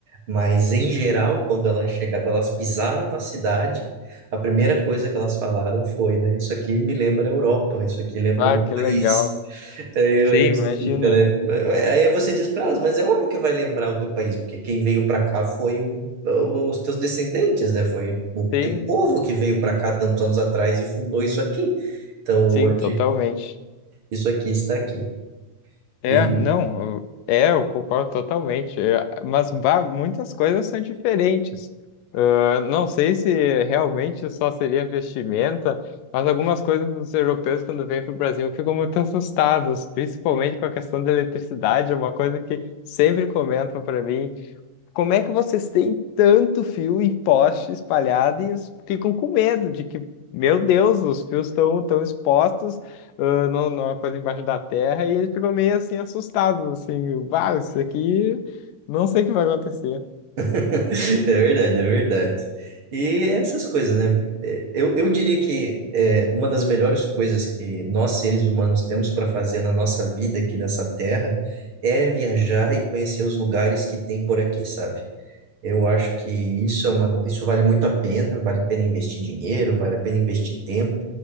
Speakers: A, on the right (about 45°); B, on the left (about 85°).
A: Mas em geral,
B: Sim.
A: quando elas chegaram, quando elas pisaram na cidade, a primeira coisa que elas falaram foi, né? Isso aqui me lembra a Europa, isso aqui lembra
B: Ah,
A: o meu
B: que
A: país.
B: legal.
A: Aí,
B: Sim,
A: aí você
B: imagina.
A: fica, né? É, Aí você diz para elas, mas é óbvio que vai lembrar o teu país, porque quem veio para cá foi o- os teus descendentes, né? Foi o
B: Sim,
A: teu povo que veio para cá tantos anos atrás e fundou isso aqui. Então
B: sim,
A: hoje
B: totalmente.
A: isso aqui está aqui.
B: É,
A: E-
B: não, eu- é, eu concordo totalmente. é, Mas bah, muitas coisas são diferentes. Ah, não sei se realmente só seria vestimenta, mas algumas coisas dos europeus, quando vêm para o Brasil, ficam muito <laughs> assustados, principalmente com a questão da eletricidade. É uma coisa que sempre comentam para mim. Como é que vocês têm tanto fio e poste espalhado e os- ficam com medo de que, meu Deus, os fios estão tão expostos, ah, num- numa coisa embaixo da terra, e eles ficam meio assim assustados, assim, uau, isso aqui não sei o que vai acontecer.
A: <laughs> É verdade, é verdade. E essas coisas, né? É, Eu, eu diria que é, uma das melhores coisas que nós, seres humanos, temos para fazer na nossa vida aqui nessa terra é viajar e conhecer os lugares que tem por aqui, sabe? Eu acho que isso é uma, isso vale muito a pena, vale a pena investir dinheiro, vale a pena investir tempo,